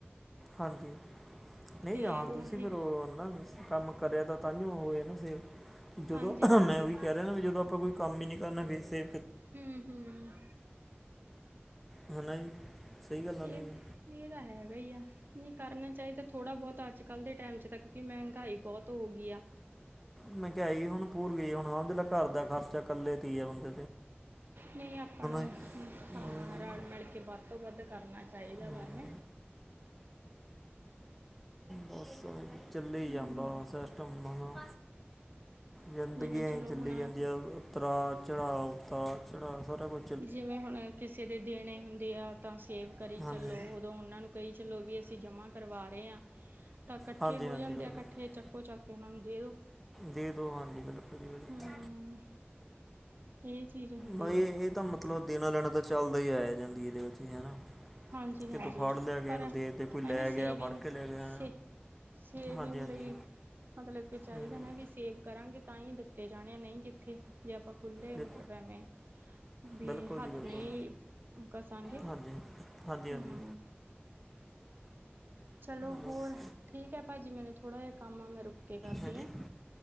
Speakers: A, in the centre; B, on the right.
A: ਹਾਂਜੀ ਨਹੀਂ
B: ਤੇ
A: ਹਾਂ
B: ਉਹੀ
A: ਤੁਸੀਂ ਫਿਰ ਉਹ ਨਾ ਕੰਮ ਕਰਿਆ ਤਾਂਹੀ ਹੋ ਗਏ ਨਾ ਸੇਫ ਜਦੋਂ
B: ਹਾਂਜੀ ਹਾਂਜੀ
A: ਮੈਂ ਉਹੀ ਕਹਿ ਰਹਿਣਾ ਵੀ ਜਦੋਂ ਆਪਾਂ ਕੋਈ ਕੰਮ ਹੀ ਨਹੀਂ ਕਰਨਾ ਫਿਰਸੇ
B: ਹੂੰ ਹੂੰ
A: ਹੈ ਨਾ ਜੀ ਸਹੀ ਗੱਲ ਆ ਨਾ
B: ਇਹ
A: ਜੀ।
B: ਇਹ ਤਾਂ ਹੈਗਾ ਹੀ ਆ, ਨਹੀਂ ਕਰਨਾ ਚਾਹੀਦਾ ਥੋੜ੍ਹਾ ਬਹੁਤਾ ਅੱਜ ਕੱਲ੍ਹ ਦੇ ਟਾਈਮ 'ਚ ਤਾਂਕਿ ਮਹਿੰਗਾਈ ਬਹੁਤ ਹੋ ਗਈ ਆ
A: ਮਹਿੰਗਾਈ ਹੁਣ ਪੂਰੀ ਹੋ ਗਈ ਹੁਣ ਉਹਦੇ ਘਰ ਦਾ ਖਰਚਾ ਇਕੱਲੇ ਦੀ ਹੈ ਬੰਦੀ
B: ਨਹੀਂ ਆਪਾਂ ਨੂੰ,
A: ਜੀ
B: ਹਾਂ
A: ਹੂੰ
B: ਰਲ ਮਿਲ ਕੇ ਬਾਤ ਵੱਧ ਤੋਂ ਵੱਧ ਕਰਨਾ ਚਾਹੀਦਾ
A: ਹੂੰ
B: ਵਾ ਐਵੇਂ।
A: ਬਸ ਚੱਲੀ
B: ਹਮ
A: ਜਾਂਦਾ ਸਿਸਟਮ ਹੁਣ। ਜ਼ਿੰਦਗੀ
B: ਜਿਵੇਂ
A: ਐ
B: ਚਲੋ
A: ਚੱਲ
B: ਹੁਣ
A: ਜਾਂਦੀਆਂ ਉਤਰਾ ਚੜਾਅ, ਉਤਰਾ ਚੜਾਅ ਸਾਰਾ ਕੁਛ
B: ਜਿਵੇਂ ਹੁਣ ਕਿਸੇ ਦੇ ਦੇਣੇ ਹੁੰਦੇ ਆ, ਤਾਂ ਸੇਵ ਕਰੀ
A: ਹਾਂਜੀ
B: ਚੱਲੋ। ਜਦੋਂ ਉਹਨਾਂ ਨੂੰ ਕਹੀ ਚਲੋ ਵੀ ਅਸੀਂ ਜਮਾਂ ਕਰਵਾ ਰਹੇ ਹਾਂ ਤਾਂ ਇਕੱਠੇ
A: ਹਾਂਜੀ
B: ਹੋ
A: ਹਾਂਜੀ
B: ਜਾਂਦੇ
A: ਬਿਲਕੁਲ
B: ਆ ਇਕੱਠੇ ਚੱਕੋ ਚੱਕ ਕੇ ਉਹਨਾ ਨੂੰ ਦੇ ਦੋ
A: ਦੇ ਦਵਾਂਗੇ ਹਾਂਜੀ ਬਿਲਕੁਲ ਜੀ ਬਿਲਕੁਲ
B: ਹਮ ਇਹ ਚੀਜ਼ ਹੁੰਦੀ
A: ਬਾਈ
B: ਆ
A: ਇਹ ਤਾਂ ਮਤਲਬ ਦੇਣਾ ਲੈਣਾ ਤਾਂ ਚੱਲਦਾ ਹੀ ਆਇਆ ਜਿੰਦਗੀ ਦੇ ਵਿੱਚ ਹੈਨਾ
B: ਹਾਂਜੀ-ਹਾਂਜੀ
A: ਕਿ ਤੂੰ ਫੜ ਲੈ ਕੇ
B: ਪਰ
A: ਇਹਨੂੰ ਦੇ ਦੇ ਕੋਈ ਲੈ
B: ਹੈ ਨਾ ਸੇਵਿੰਗ
A: ਗਿਆ ਫੜ ਕੇ ਲੈ ਗਿਆ
B: ਸੇ ਸੇਵਿੰਗ
A: ਹਾਂਜੀ ਹਾਂਜੀ
B: ਲਈ ਮਤਲਬ ਕਿ ਚਾਹੀਦਾ
A: ਹੂੰ
B: ਨਾ ਵੀ ਸੇਵ ਕਰਾਂਗੇ ਤਾਂ ਹੀ ਦਿੱਤੇ ਜਾਣੇ ਆ ਨਹੀਂ ਕਿੱਥੇ ਜੇ ਆਪਾਂ ਖੁੱਲ੍ਹੇ
A: ਦੇ-
B: ਮਤਲਬ ਐਵੇਂ ਵੀ
A: ਬਿਲਕੁਲ
B: ਹੱਥ
A: ਜੀ ਬਿਲਕੁਲ
B: ਨਹੀਂ ਕਸਾਂਗੇ।
A: ਹਾਂਜੀ ਹਾਂਜੀ ਹਾਂਜੀ
B: ਹੂ, ਚਲੋ
A: ਬਸ
B: ਹੋਰ ਠੀਕ ਹੈ ਭਾਜੀ ਮੈਨੂੰ ਥੋੜ੍ਹਾ ਜਿਹਾ ਕੰਮ ਆ ਮੈਂ ਰੁਕ ਕੇ ਕਰਦੀ
A: ਹਾਂਜੀ
B: ਹਾਂ